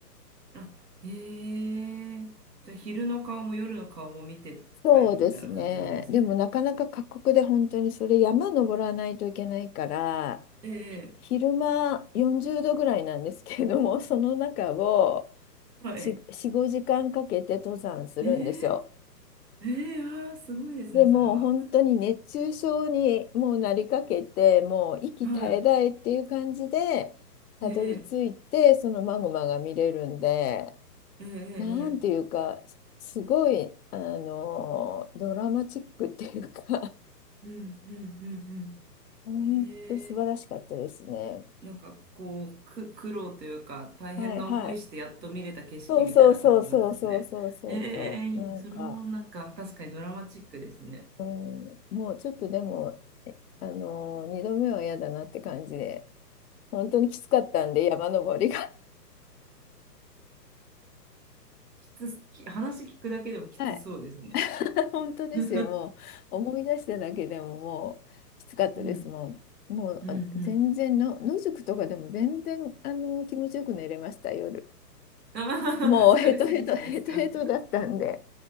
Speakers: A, on the right (about 80°); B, on the left (about 65°).
A: うん。あ、へえじゃあ、昼の顔も夜の顔も見て帰るみたいな感じなんですね。
B: そうですね。でもなかなか過酷で本当にそれ山登らないといけないから、
A: ええ
B: ひ昼間40度ぐらいなんですけれども、その中を
A: はい。
B: 4、5時間かけて登山するんですよ。
A: ええええああー、すごいですね、
B: でもう本当に熱中症にもうなりかけて、
A: それは。
B: もう息絶え絶えっていう感じで、
A: はい。
B: たどり着いて、
A: ええ
B: そのマグマが見れるんで、
A: ええええ
B: なんていうか、すごい、あのドラマチックっていうか
A: ええうんうんうん
B: 本当素晴らしかったですね。
A: うん。ええなんかこう、く、苦労というか、大変な思いしてやっと見れた景色みたいな感じなんですね。
B: はいはい。そうそうそうそうそうそうそうそう。
A: ええいいそれもなんか確かにドラマチックですね。
B: なんか、うん、もうちょっとでも、えあのー、2度目は嫌だなって感じで、本当にきつかったんで、山登りが。
A: きつ、き、話聞くだけでもきつそうですね。
B: <laughs> はい。<laughs> 本当ですよ、
A: <laughs> う
B: もう思い出しただけでももうきつかったです。
A: ん
B: もう、もうあ全然の、
A: うんうん。
B: 野宿とかでも全然あのー気持ちよく寝れました、夜。
A: ああ、
B: もうヘトヘト、
A: 疲れすぎてですか。
B: ヘトヘトだったんで。